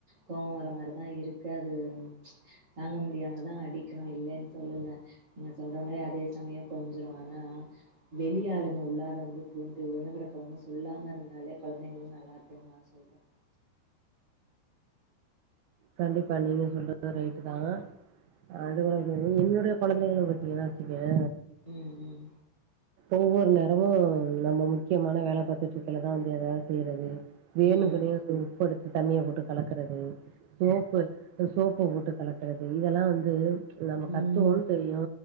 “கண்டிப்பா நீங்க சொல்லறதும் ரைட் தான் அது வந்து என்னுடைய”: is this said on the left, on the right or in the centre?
Right